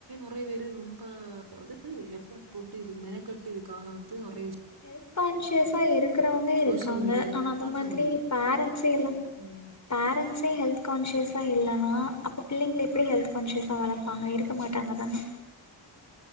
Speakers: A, on the right; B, on the left.
A: நறையா பேரு ரொம்ப அதாவ்து எஃபாட் போட்டு இது மெனக்கட்டு இதுக்காக வந்து நறையா விஷ்
B: ஹெல்த் ஹான்சியஸா இருக் இருக்றவங்க இருக்காங்க
A: சோசியல் மீடியால
B: ஆனா
A: எல்லா
B: அந்த
A: பாக்க
B: மாதிரி
A: முடியுது
B: பேரன்ஸ்ஸே எல்லா
A: ம்
B: பேரண்ட்ஸே ஹெல்த் கான்சியஸா இல்லன்னா அப்ப பிள்ளைங்கள எப்டி ஹெல்த் கான்ஸியஸா வளப்பாங்க இருக்கமாட்டாங்க தான